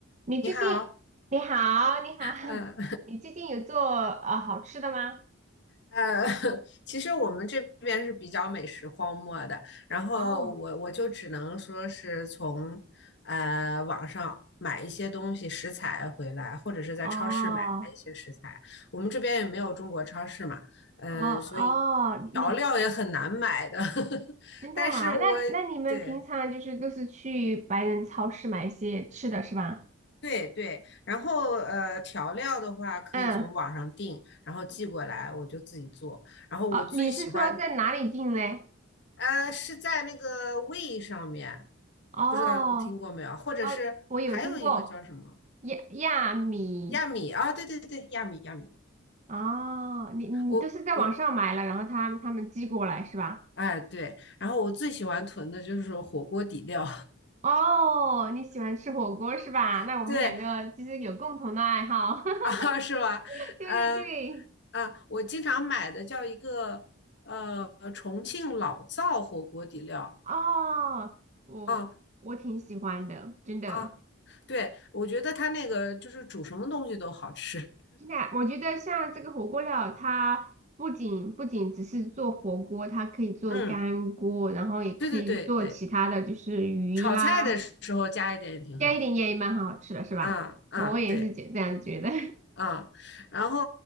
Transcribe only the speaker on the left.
你好，
嗯
呃，<laughs> 其实我们这边是比较美食荒漠的，然后我我就只能说是从呃网上买一些东西食材回来，
或者是在超市买一些食材。
我们这边也没有中国超市嘛，嗯、
所以调料也很难买的。
<laughs>
但是我
对对对，然后呃调料的话可以从网上订，
然后寄过来我就自己做。然后我最喜欢
呃，是在那个胃上面，
不知道你听过没有？或者是还有一个叫什么
亚米啊？对对对，亚米亚米，
我我
哎对，然后我最喜欢囤的就是火锅底料，
<laughs>
对啊是吧？
嗯啊，我经常买的叫一个呃重庆老灶火锅底料，
啊
啊，对，我觉得它那个就是煮什么东西都好吃，
嗯，
对对对对。
炒菜的时候加一点也挺好的。
嗯嗯，
对，嗯。然后